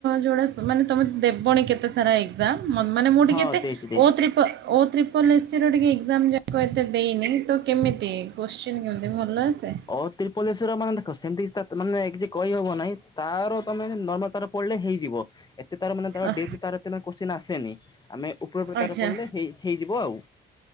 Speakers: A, on the right (about 65°); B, on the left (about 20°).
A: ଜୋଡ଼ା ମାନେ ତୁମେ ଦବନି କେତେ? କେତେ ସାରା ଏକ୍ସାମ ମ ମାନେ ମୁଁ
B: ହଁ
A: ଟିକେ
B: ଦେଇଛି ଦେଇଛି।
A: ଓ ତ୍ରିପ ଓ ତ୍ରିପ ଲ ସ୍ସିର ଟିକେ ଏକ୍ଜାମ ଯାକ ଏତେ ଦେଇନି ତ କେମିତି କୋଶ୍ଚିନ୍ କେମିତି ଭଲ ଆସେ।
B: ଓ ତ୍ରିପଲେଶ୍ୱର ମାନେ ଦେଖ ସେମିତି କିଛି ମାନେ କିଛି କହିହବ ନାହିଁ ତାର ତମେ ନର୍ମାଲ ତାର ପଢିଲେ ହେଇଯିବ ଏତେ ତାର ମାନେ ତାର
A: ଅହ,
B: ଡିପ୍ ତାର ଏତେ କୋଶ୍ଚିନ୍ ଆସେନି ଆମେ ପୁର ପ୍ରଚାର
A: ଆଚ୍ଛା
B: ପଡ଼ିଲେ ହେଇ ହେଇଯିବ ଆଉ।